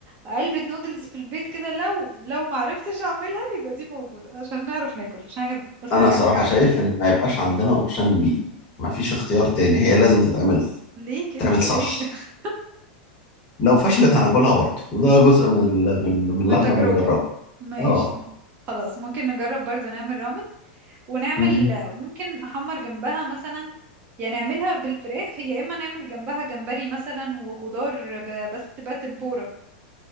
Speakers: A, on the right; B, on the left.
A: علبة نودلز في البيت كده لو لو معرفتش اعملها يبقى دي موجودة عشان نعرف ناكل عشان أنا قلت
B: انا
A: لك
B: صراحة
A: انا جعانة
B: شايف ان ما يبقاش عندنا اوبشن بي ما فيش اختيار تاني هي لازم تتعمل
A: ليه كده
B: تتعمل
A: ليه
B: صح
A: <laughs>
B: لو فشلت هناكلها برضه وده جزء من ال- من ال- من اللي
A: بالتجربة
B: احنا بنجربه
A: ماشي
B: اه
A: خلاص ممكن نجرب برضو نعمل رامن ونعمل
B: مم.
A: ممكن احمر جنبها مثلا يعني نعملها بالفراخ يا اما نعمل جنبها جمبري مثلا وخضار ب- بس تبقى تمبورا